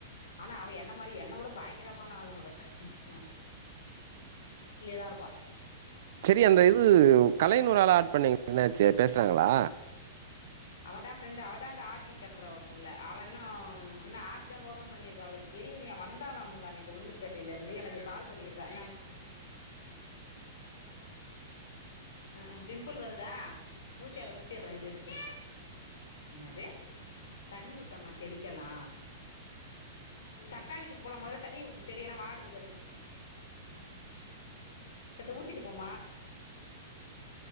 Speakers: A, on the left; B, on the right.
A: ஆனா அவ எ ன்ன மாரி என்ன விட பயங்கரமான ஆளு அவ ம் தான் இருப்பாள்
B: செரி அந்த இது
A: ஆமாம்
B: கலை னு ஒரு ஆள ஆட் பண்ணீங்க என்னாச்சு பேசுனாங்களா
A: அவதா ஃப்ரெண்டு் அவதா அந்த ஆர் டி கட்டுறவ புள்ள அவ இன்னும் இன்னா ஆப் தா ஓபன் பண்ணிருக்கு அவளுக்கு தெரிலியா வந்தாலா முந்தா நேத்து உளுந்தூர் பேட்டையில இருந்து எனக்கு கால் பண்ணியிருக்கா ம் ம் பிம்பிள் வருதா ஊசியால குத்திட்றே இரு எடுத்து என்னது தண்ணி ஊத்தம்மா செடிக்கேல்லா தக்கா வீட்டுக்கு போலாம் மொதல தண்ணிய ஊத்து செடியெல்லாம் வாடுது ஊத்தட்டு போரு